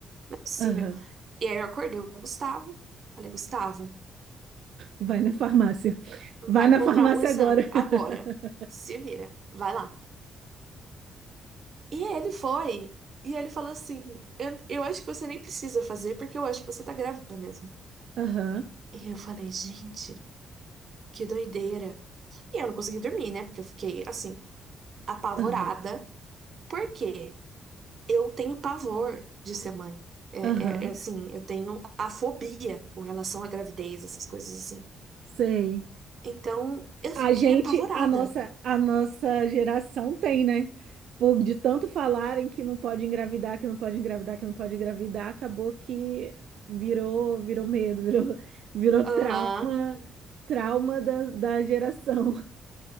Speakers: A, on the right; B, on the right.
A: Não é possível.
B: aham.
A: E aí eu acordei o Gustavo. Falei, Gustavo,
B: Vai na farmácia.
A: vai
B: Vai na
A: comprar
B: farmácia
A: um exame
B: agora. <laughs>
A: agora. Se vira, vai lá. E ele foi. E ele falou assim: eu, eu acho que você nem precisa fazer, porque eu acho que você tá grávida mesmo.
B: Aham,
A: E eu falei, gente, que doideira. E eu não consegui dormir, né? Porque eu fiquei, assim, apavorada.
B: aham,
A: Porque eu tenho pavor de ser mãe. É,
B: aham.
A: é, é assim, eu tenho a fobia com relação à gravidez, essas coisas assim.
B: Sei.
A: Então, eu
B: A
A: fiquei
B: gente,
A: apavorada.
B: a nossa, a nossa geração tem, né? Por, de tanto falarem que não pode engravidar, que não pode engravidar, que não pode engravidar, acabou que virou, virou medo, virou, virou trauma,
A: Aham.
B: trauma da, da geração.